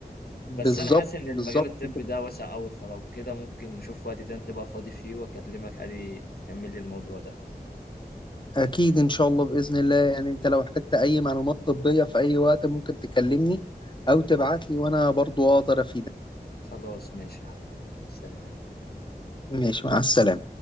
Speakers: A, on the left (about 30°); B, on the left (about 70°).
A: بالظبط
B: بس انا حاسس ان المجال
A: بالظبط
B: الطبي
A: كده.
B: ده واسع قوي فلو كده ممكن نشوف وقت تاني تبقى فاضي فيه واكلمك عادي تكمل لي الموضوع ده
A: أكيد إن شاء الله بإذن الله يعني أنت لو احتجت أي معلومات طبية في أي وقت ممكن تكلمني أو تبعت لي وأنا برضو أقدر أفيدك
B: خلاص ماشي يا حبيبي سلام
A: ماشي مع السلامة